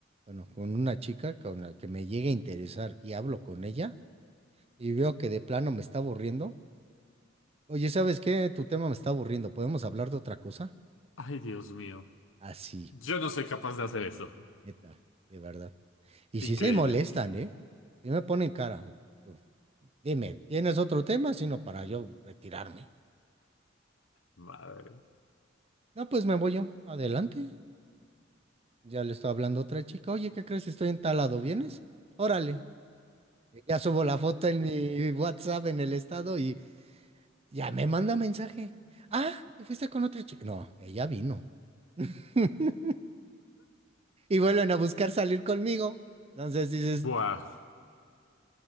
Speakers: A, on the right; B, on the left.
A: bueno, con una chica con la que me llegue a interesar y hablo con ella y veo que de plano me está aburriendo, oye, ¿sabes qué? Tu tema me está aburriendo, ¿podemos hablar de otra cosa?
B: Ay, Dios mío.
A: Así,
B: Yo no soy capaz de hacer eso.
A: neta, de verdad. Y si
B: Increíble.
A: se molestan, ¿eh? Y me ponen cara. yo, Dime, ¿tienes otro tema? Sino para yo retirarme.
B: Madre.
A: No, pues me voy yo. Adelante. Ya le estoy hablando a otra chica. Oye, ¿qué crees? Estoy en tal lado, ¿vienes? Órale. Ya subo la foto en mi WhatsApp en el estado y ya me manda mensaje. Ah, te fuiste con otra chica. No, ella vino. <laughs> Y vuelven a buscar salir conmigo. Entonces dices,
B: Buah.